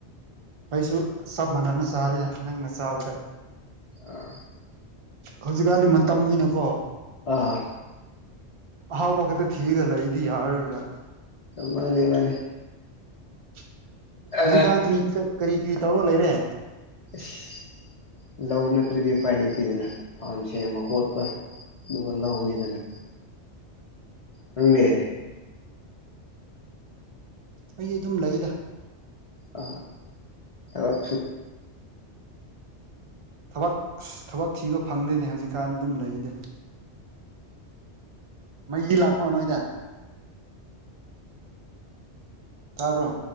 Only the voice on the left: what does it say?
ꯑ
ꯑꯥ
ꯃꯥꯅꯦ ꯃꯥꯅꯦ
ꯑ
ꯏꯁꯁ ꯂꯧ ꯅꯠꯇ꯭ꯔꯗꯤ ꯎꯄꯥꯏ ꯂꯩꯇꯦꯗꯅ ꯐꯥꯝ ꯁꯦꯝꯕ ꯈꯣꯠꯄ ꯑꯗꯨꯒ ꯂꯧꯅꯤꯗꯅ ꯅꯪꯗꯦ
ꯑ ꯑꯁꯨ